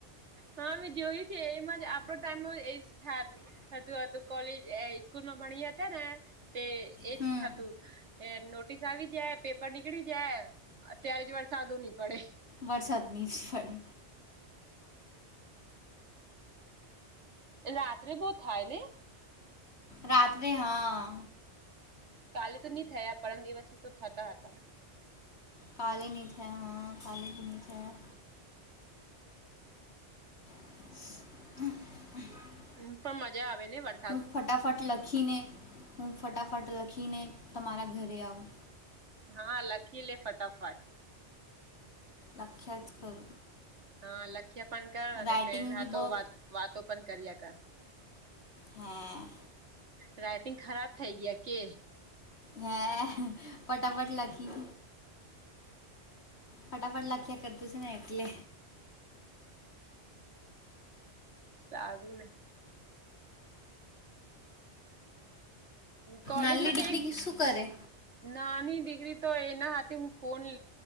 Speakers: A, on the right (about 80°); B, on the left (about 65°).
A: હા મે જોયું છે એમાં આપડો ટાઈમે થતું હતું કોલેજ સ્કૂલમાં ભણી હતા ને તે એજ
B: હમ
A: થતું. એ નોટિસ આવી જાય, પેપર નીકળી જાય, અત્યારે જ વરસાદો નહી પડે
B: વરસાદ ની ફડ
A: રાત્રે બહુ થાય નય
B: રાત્રે હા
A: કાલે તો નહી થયા પરમ દિવસ થી તો થતા હતા.
B: કાલે નય થયા હા કાલે ભી નય થયા હ
A: હા પણ મજા આવે ને વરસાદ
B: હું ફટાફટ લખીને હું ફટાફટ લખીને તમારા ઘરે આવું.
A: હા લખી લે ફટાફટ
B: લખ્યાજ કરું
A: હા લખ્યા પણ કર અને
B: રાઇટિંગ
A: ફેર થાતો
B: બી બહુ
A: વાતો પણ કર્યા કર
B: હા
A: વ્રાઈટિંગ ખરાબ થઈ ગયા કે?
B: હે ફટાફટ લખી ફટાફટ લખ્યા કરતો છે ને એટલે
A: સારું ને કોલેજમાં
B: નાલ્લી
A: તે
B: દીકરી શું કરે
A: નાની દીકરી તો એના હાથે હું ફોન